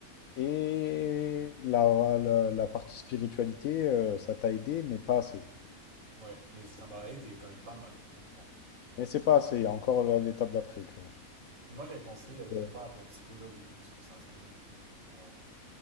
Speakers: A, on the left; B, on the right.
A: Et la, la, la partie spiritualité, euh, ça t'a aidé, mais pas assez.
B: Ouais, mais ça
A: C'est-
B: m'a aidé quand même pas mal, honnêtement.
A: Mais c'est pas assez, il y a encore la- l'étape d'après, tu vois.
B: Et moi j'avais pensé, euh, peut-être
A: Ouais.
B: pas bon psychologue et tout, parce que ça reste quand même un peu, euh, voilà,